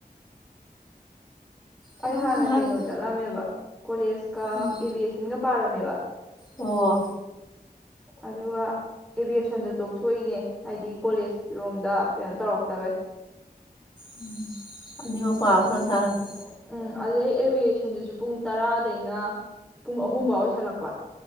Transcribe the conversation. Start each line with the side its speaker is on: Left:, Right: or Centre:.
Left: ꯑꯩꯈꯣꯏꯁꯨ
Centre: ꯑꯩ ꯍꯥꯟꯅ
Left: ꯍꯥꯏꯕ
Centre: ꯀꯩꯅꯣ ꯆꯠꯂꯝꯃꯦꯕ ꯀꯣꯂꯦꯖꯀ
Left: ꯎꯝ
Centre: ꯑꯦꯕꯤꯌꯦꯁꯟꯒ ꯄꯥꯔꯝꯃꯦꯕ
Left: ꯑꯣ
Centre: ꯑꯗꯨꯒ ꯑꯦꯚꯌꯦꯁꯟꯗꯣ ꯇꯣꯛꯊꯣꯛꯏꯅꯦ ꯍꯥꯏꯗꯤ ꯀꯣꯂꯦꯖ ꯔꯣꯝꯗ ꯀꯩꯅꯣ ꯇꯧꯔꯛꯇꯕꯩ
Left: ꯎꯝ ꯑꯅꯤ ꯃꯄꯥꯕ
Centre: ꯑꯗꯨ
Left: ꯐꯛ ꯇꯥꯔꯛꯑꯕ
Centre: ꯎꯝ ꯑꯗꯨꯗꯩ ꯑꯦꯚꯌꯦꯁꯟꯗꯨꯁꯨ ꯄꯨꯡ ꯇꯔꯥꯗꯩꯅ ꯄꯨꯡ ꯑꯍꯨꯝꯐꯥꯎ ꯑꯣꯏꯁꯜꯂꯛꯄ